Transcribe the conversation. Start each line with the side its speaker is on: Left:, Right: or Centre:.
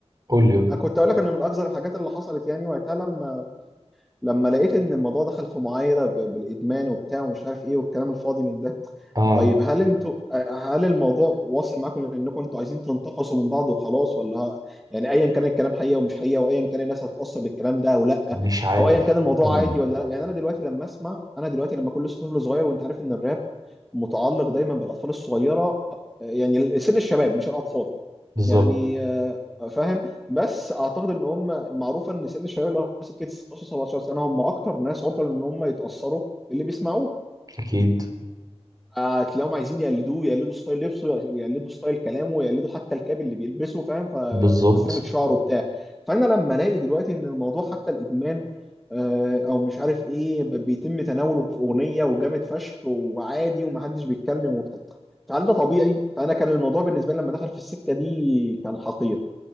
Right: قول لي قول لي.
Centre: انا كنت اقول لك ان من اكثر الحاجات اللي حصلت يعني وقتها لما لما لقيت ان الموضوع دخل في معايره ب- بالادمان وبتاع ومش عارف ايه والكلام الفاضي من ده
Right: اه
Centre: طيب هل انتوا هل الموضوع واصل معاكم لانكم انتوا عايزين تنتقصوا من بعض وخلاص ولا ه- يعني ايا كان الكلام حقيقه ومش حقيقه وايا كان الناس هتتاثر بالكلام ده او لا
Right: مش عارف
Centre: او ايا كان الموضوع
Right: امم
Centre: عادي ولا لا يعني انا دلوقتي لما اسمع انا دلوقتي لما كل لسه طفل صغير وانت عارف ان الراب متعلق دايما بالاطفال الصغيره يعني سن الشباب مش الاطفال
Right: بالظبط
Centre: يعني آه، فاهم بس اعتقد ان هم معروف ان سن الشباب اللي هو سكه 16 17 سنه هم اكتر ناس عرضه ان هم يتاثروا باللي بيسمعوه
Right: اكيد
Centre: آه، هتلاقيهم عايزين يقلدوه يقلدوا ستايل لبسه يقلدوا ستايل كلامه يقلدوا حتى الكاب اللي بيلبسه فاهم فتسريحه
Right: بالظبط
Centre: شعره بتاع فانا لما الاقي دلوقتي ان الموضوع حتى الادمان آه، او مش عارف ايه ب- بيتم تناوله في اغنيه وجامد فشخ وعادي ومحدش بيتكلم وبتاع فهل ده طبيعي فانا كان الموضوع بالنسبه لي لما دخل في السكه دي كان حقير